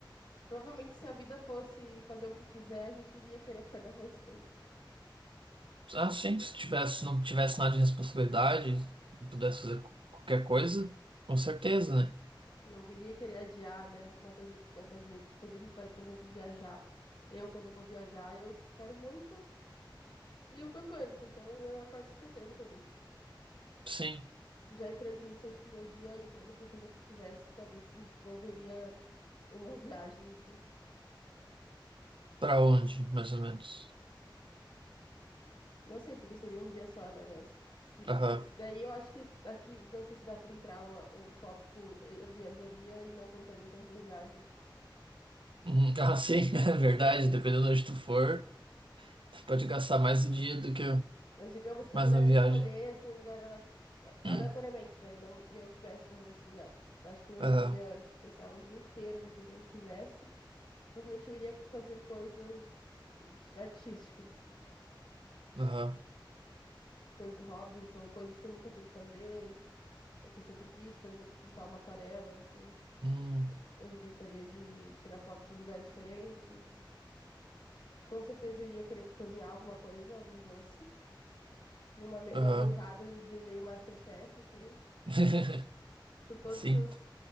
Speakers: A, on the left; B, on the right.
A: Provavelmente se a vida fosse fazer o que quiser, a gente iria querer acordar mais cedo.
B: Ah, sim, se tivesse, não tivesse nada de responsabilidade, pudesse fazer qualquer coisa, com certeza, né?
A: Não iria querer adiar, né, uma coisa que tu quer fazer, porque quando a gente vai, por exemplo, viajar, eu quando eu vou viajar, eu s- quero muito e o quanto antes, então eu acordo super cedo feliz.
B: Sim,
A: Já entrando nisso, acho que meu dia inteiro pra fazer o que eu quisesse, talvez envolveria uma <laughs> viagem, assim.
B: pra onde, mais ou menos?
A: Não sei, porque seria um dia só, né? Mas se,
B: Aham.
A: se- daí eu acho que aqui, não sei se dá pra entrar o, o tópico, eh, eu viajaria e não contaria o tempo da viagem,
B: Uhum. Ah, sim, <laughs>
A: <laughs>
B: é verdade,
A: entendeu?
B: dependendo de onde tu for, tu pode gastar mais o dia do que
A: Mas digamos que eu
B: mais
A: pudesse
B: na viagem.
A: escolher, assim, um lugar ale- a- aleatoriamente,
B: <clears throat>
A: né? E não, e eu tivesse já nesse lugar. Então acho que meu
B: Aham,
A: dia, deixa eu pensar, um dia inteiro pra fazer o que eu quisesse, provavelmente eu iria fazer coisas de- artísticas, assim.
B: aham,
A: coisas, hobbies ou coisas que eu nunca pude fazer, ou que eu sempre quis, por exemplo, pintar uma aquarela, assim.
B: hum,
A: Eu gostaria de tirar foto de lugares diferentes. Com certeza iria querer cozinhar alguma coisa, algum doce, numa, me-
B: aham.
A: numa bancada de meio MasterChef, assim,
B: <laughs>
A: com todos
B: Sim.
A: os